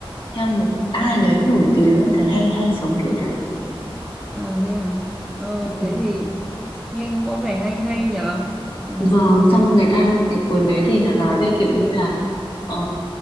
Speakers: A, on the left; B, in the centre.
A: theo một ai đấy nổi tiếng em thấy hay hay sống kiểu đấy
B: à thế à ờ
A: ừ.
B: thế thì nghe cũng có vẻ hay hay nhở ừ,
A: vâng
B: để
A: xong người ta cái cuốn đấy thì nó nói về kiểu như là ờ,